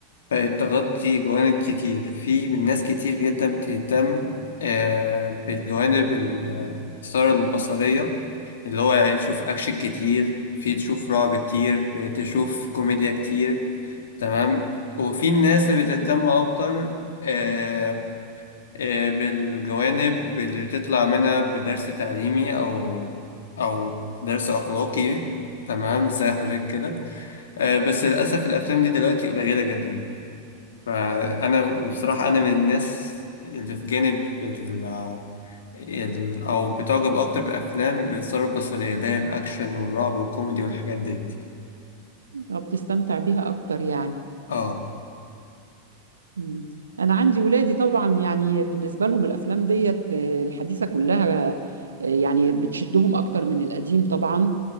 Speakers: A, on the left; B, on the right.
A: بقت تغطي جوانب كتير في من ناس كتير جدا بتهتم آه، بالجوانب ال- آه، الإثارة البصرية اللي هو يعني تشوف أكشن كتير في تشوف رعب كتير تشوف كوميديا كتير تمام وفي الناس اللي بتهتم أكتر آه، آه، بالجوانب اللي تطلع منها بدرس تعليمي أو أو درس أخلاقي تمام زي حضرتك كده آه، بس للأسف الأفلام دي دلوقتي قليلة جدا فأنا وبصراحة أنا من الناس اللي في جانب ال ال- أو بتعجب أكتر بالأفلام الإثارة البصرية اللي هي الأكشن والرعب والكوميدي والحاجات ديت
B: بتستمتع بيها اكتر يعني
A: اه
B: مم. انا عندي ولادي طبعا يعني بالنسبه لهم الافلام ديت آه، الحديثه كلها آه، يعني بتشدهم اكتر من القديم طبعا